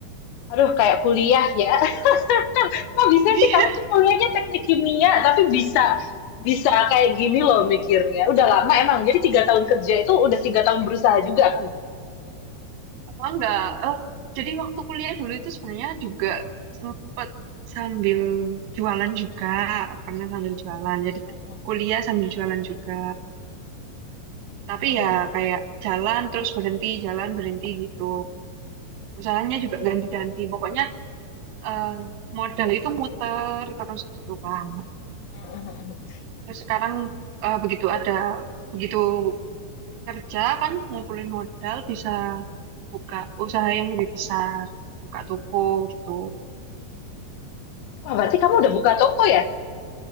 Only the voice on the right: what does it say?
<laughs>
Oh enggak, Eh, jadi waktu kuliah dulu itu sebenarnya juga sempet sambil jualan juga, pernah sambil jualan. Jadi
kuliah sambil jualan juga. Tapi
ya kayak jalan terus berhenti, jalan berhenti gitu. Usahanya juga ganti-ganti. Pokoknya eh, modal itu muter terus gitu kan.
Terus sekarang eh, begitu ada, begitu kerja kan ngumpulin modal bisa buka usaha yang lebih besar, buka toko gitu.